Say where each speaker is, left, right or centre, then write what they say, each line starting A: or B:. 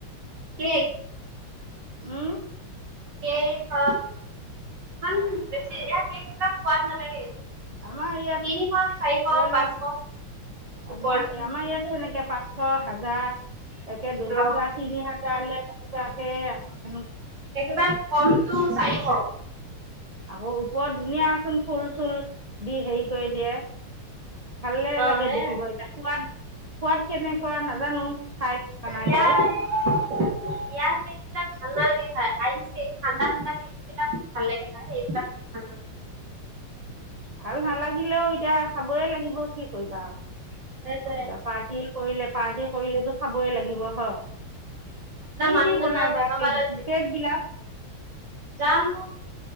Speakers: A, on the right; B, on the right.
A: কেক।
B: উম।
A: কেক স ইমান বেছি ইমান কেক বিলাক সোৱাদ নালাগে।
B: আমাৰ ইয়াত
A: তিনিশ চাৰিশ
B: ধৰি লোৱা
A: পাঁচশ ওপৰত
B: আমাৰ আমাৰ ইয়াতে সেনেকে পাঁচশ হাজাৰ। তে দুহাজাৰ
A: অ
B: তিনি হাজাৰে তেনেকুৱা ক। সেয়া।
A: একেবাৰে কমটো চাৰিশ।
B: আকৌ ওপৰত ধুনীয়াচোন ফুল চুল দি হেৰি কৰি দিয়ে ভালে
A: অ
B: লাগে
A: হে
B: দেখিব এতিয়া সোৱাদ। সোৱাদ কেনেকুৱা নাজানো খাই খোৱা নাই
A: ইয়াৰ
B: বাৰু।
A: ইয়াৰ কেক বিলাক ভাল নালাগে খাই আইচ কেক ঠাণ্ডা ঠাণ্ডা কেক বিলাক ভাল লাগে খাই হ এইবিলাক ভাল নালাগে।
B: ভাল নালাগিলেও এতিয়া খাবই লাগিব কি কৰিবা আৰু।
A: সেইটোৱে
B: কা পাৰ্টি কৰিলে পাৰ্টি কৰিলেতো। খাবই লাগিব হয়।
A: আপোনাৰ
B: কি
A: মানুহজনৰ
B: দি বনাই
A: বেমাৰ
B: বাা কেক
A: ভাল হৈছে
B: কেক বিলাক।
A: জানো